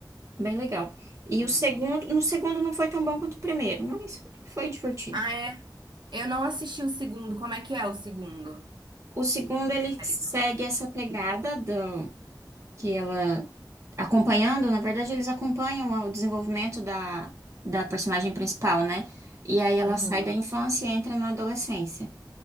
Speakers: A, on the right; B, on the right.
A: Bem legal. E
B: Uhum.
A: o segundo, no segundo não foi tão bom quanto o primeiro, mas foi divertido.
B: Ah, é? Eu não assisti o segundo. Como é que é o segundo?
A: O segundo ele
B: Tá
A: segue
B: legal.
A: essa pegada do que ela acompanhando, na verdade eles acompanham o desenvolvimento da, da personagem principal, né? E aí ela
B: Uhum.
A: sai da infância e entra na adolescência.